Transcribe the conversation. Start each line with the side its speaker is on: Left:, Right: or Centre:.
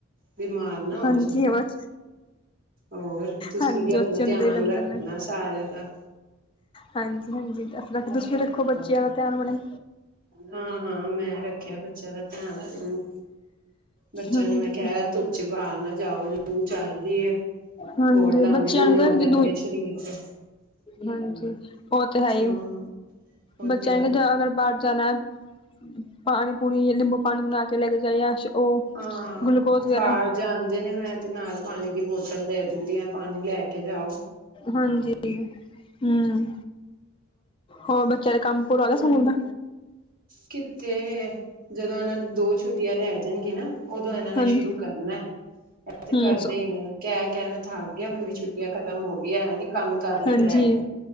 Right: ਬਿਮਾਰ ਨਾ
Left: ਹਾਂਜੀ
Right: ਹੋਜੇ।
Left: ਬਸ
Right: ਔਰ, ਤੁਸੀਂ
Left: ਹਾਂਜੀ
Right: ਵੀ ਆਪਣਾ
Left: ਬੱਚੇ ਅੰਦਰ
Right: ਧਿਆਨ
Left: ਹੀ ਰਹਿੰਦੇ
Right: ਰੱਖਣਾ
Left: ਨੇ।
Right: ਸਾਰਿਆਂ ਦਾ।
Left: ਹਾਂਜੀ -ਹਾਂਜੀ, ਰ ਤੁਸੀ ਵੀ ਰੱਖੋ ਬੱਚਿਆਂ ਦਾ ਧਿਆਨ ਆਪਣੇ।
Right: ਹਾਂ -ਹਾਂ, ਮੈਂ ਰੱਖਿਆ ਬ। ਬੱਚਿਆਂ ਦਾ ਧਿਆਨ ਧਆਨ, ਬੱਚਿਆਂ
Left: ਹਾਂਜੀ
Right: ਨੂੰ, ਮੈਂ ਕਿਹਾ ਧੁੱਪ 'ਚ ਪਾਰਨਾ। ਜਾਓ ਲੂ ਚੱਲ ਜਏ,
Left: ਹਾਂਜੀ,
Right: ਹੋਰ, ਦਾਣੇ-
Left: ਬੱਚਿਆਂ
Right: ਦੂਣੇ
Left: ਨੂੰ ਕਹਿ
Right: ਹੋ ਜਾਣਗੇ
Left: ਜਦੋਂ
Right: ਸਰੀਰ ਤੇ।
Left: ਹਾਂਜੀ, ਉਹ ਤੇ ਹੈ ਹੀ।
Right: ਹਮ ਉਹ
Left: ਬੱਚਿਆਂ
Right: ਤੇ ਹੈ
Left: ਨੇ ਅਗਰ ਬਾਹਰ ਜਾਨਾ ਹੈ, ਪਾਣੀ -ਪੂੰਣੀ ਨੀਬੂੰ ਪਾਣੀ ਬਣਾ ਕੇ ਲੈ ਕੇ ਜਾਈਏ। ਉਹ
Right: ਹਾਂ
Left: ਗਲੂਕੋਜ ਵਗੈਰਾ
Right: ਬਾਹਰ ਜਾਂਦੇ ਨੇ, ਮੈਂ ਤੇ ਨਾਲ ਪਾਣੀ ਦੀ ਬੋਤਲ ਦੇ ਦਿੰਦੀ ਹਾਂ। ਪਾਨੀ ਲੈ ਕੇ ਜਾਓ।
Left: ਹਾਂਜੀ ਹਮ। ਹੋਰ ਬੱਚਿਆਂ ਦਾ ਕੰਮ ਪੂਰਾ ਹੋ ਗਿਆ ਸਕੂਲ ਦਾ।
Right: ਕਿੱਥੇ ਜਦੋਂ ਇਹਨਾਂ ਦੀ, ਦੋ ਛੁੱਟੀਆਂ ਰਹਿ ਜਾਨਗੀ ਨਾ। ਉਦੋਂ ਇਹਨਾਂ ਨੇ
Left: ਹਾਂਜੀ
Right: ਸ਼ੁਰੂ ਕਰਨਾ, ਇਹ ਤੇ
Left: ਹਮ
Right: ਕਰਦੇ ਹੀ ਨਹੀਂ ਕਹਿ- ਕਹਿ ਮੈਂ ਥਕ। ਹੋ ਗਈਆ ਪੂਰੀ ਛੁੱਟੀਆਂ ਖਤਮ ਹੋ ਗਈ ਹੈ, ਇਹ ਨੀ ਕੰਮ ਕਰ ਲਏ
Left: ਹਾਂਜੀ
Right: ਬਹਿ ਕੇ।